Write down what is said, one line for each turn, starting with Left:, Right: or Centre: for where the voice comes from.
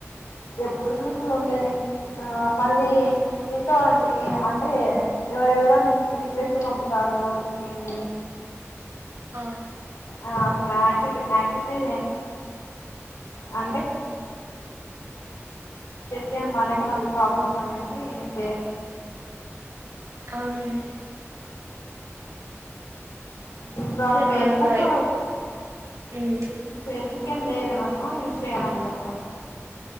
Left: ఎప్పుడు చూసినా ఉండేదే ఆ మళ్ళీ ఏంటో అండి అంటే ఎవరెవరో రి రిక్వెస్ట్ పంపుతారు ఆరవై రోజు టీని
Right: ఆ
Left: ఆ అసలు ఆర్సిబి ఆర్సిబి ది అంటే అయితే మనకి మళ్ళీ ప్రాబ్లమ్ అనేది చే
Right: అవునే
Left: ఇంకా ఫేస్బుక్
Right: మన ప్రై ఉమ్
Left: ఫేస్బుక్ ఏం లేదు నా యూజ్ చేయనండి అసలు